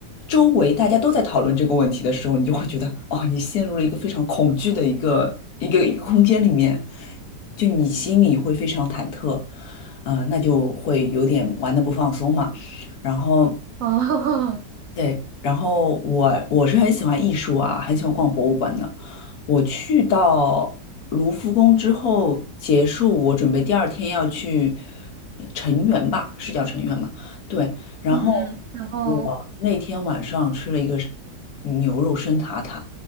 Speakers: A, on the left (about 60°); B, on the right (about 70°).
A: 周围大家都在讨论这个问题的时候，你就会觉得哦，你陷入了一个非常恐惧的一个一个一个空间里面，就你心里会非常忐忑，嗯、那就会有点玩的不放松嘛，然后。
B: 哦，<laughs>
A: 对，然后我我是很喜欢艺术啊，很喜欢逛博物馆的。我去到卢浮宫之后结束，我准备第二天要去呃成员吧，是叫成员嘛？对，然后我那天晚上吃了一个是
B: 嗯嗯，然后
A: 牛肉生塔塔，